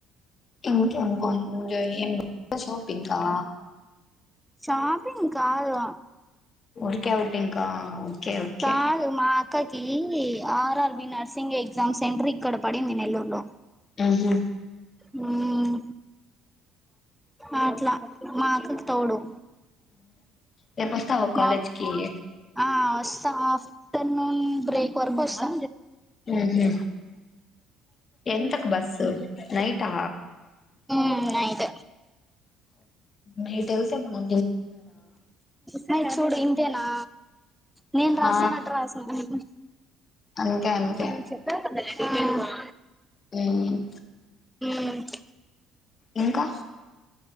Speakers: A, on the left (about 40°); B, in the centre.
A: ఇంకింకింగొయి ఎంజాయ్ ఇంకా షాపింగ్ కా
B: షాపింగ్ కాదు
A: ఊరికే ఔటింకా ఓకే ఓకే
B: కాదు మా అక్కకి ఆర్ఆర్బి నర్సింగ్ ఎగ్జామ్ సెంటర్ ఇక్కడ పడింది నెల్లూరులో
A: హ్మ్ హు
B: హ్మ్ ఆ అట్లా మా అక్కకు తోడు
A: రేపు వస్తావా కాలేజ్
B: మబ్
A: కి
B: ఆ వస్తా ఆఫ్టర్నూన్ బ్రేక్ వరకు వస్తా
A: ఉహు ఎంతకు బస్సు నైటా
B: ఉమ్ నైట్
A: నైట్ ఎళ్తే బా
B: మయ్ చూడు ఇంతేనా నేను రాస్తున్నట్టు
A: ఆ
B: రాస్తుంది
A: అంతే అంతే
B: ఆ
A: హ్మ్
B: హ్మ్
A: ఇంకా